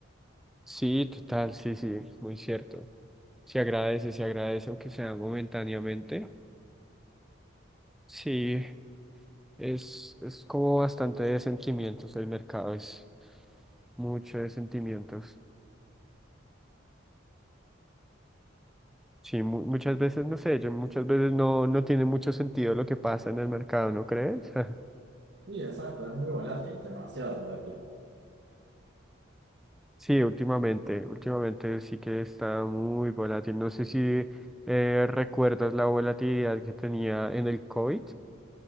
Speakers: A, in the centre; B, on the right.
A: Sí, total, sí, sí, muy cierto. Se agradece, se agradece, aunque sea momentáneamente. Sí, es, es como bastante de sentimientos, el mercado es mucho de sentimientos. Sí, mu- muchas veces, no sé, yo muchas veces no, no tiene mucho sentido lo que pasa en el mercado, ¿no crees? <laughs>
B: Sí, exacto, es muy volátil, demasiado volátil.
A: Sí, últimamente, últimamente sí que está muy volátil. No sé si eh, recuerdas la volatilidad que tenía en el COVID.